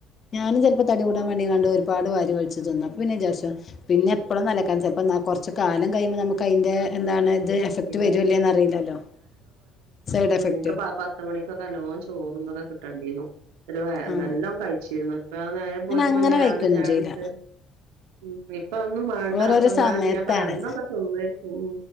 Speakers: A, on the left; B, on the right.
A: ഞാനും ചെലപ്പോ തടി കൂടാൻ പണ്ടെങ്ങാണ്ട് ഒരു പാട് വാരി കഴിച്ചു തിന്ന അപ്പൊ പിന്നെ വിചാരിച്ചു പിന്നെ എപ്പളും നെലക്കാൻ ചിലപ്പ എന്നാ കൊറച്ച് കാലം കയുമ്പ നമുക്ക് അയിന്റെ എന്താണ് ഇത്
B: ആഹ്
A: എഫക്ട് വരേല്ലേന്ന് അറിയില്ലല്ലോ സൈഡ് എഫക്
B: നിനക്ക് പ പത്ത് മണിക്കക്കൊക്കെല <unintelligible> ചോറുംന്തൊക്കെ കിട്ടേണ്ടിരുന്നു അത് വേ
A: ആഹ്
B: നല്ലോം കഴിച്ചിരുന്നു. ആ നേരം പോയിട്ടപ്പ
A: അങ്ങനെ
B: ഞാൻ
A: കഴിക്കൊന്നും
B: രാവിലെ ചായുടിച്ച
A: ചെയ്യില്ല
B: ഉം ഇപ്പ അതൊന്നും വേണ്ട
A: ഓരോരോ
B: അപ്പ എന്നാലും
A: സമയത്താണ്
B: ഞാൻ പറ അന്നൊ ഊം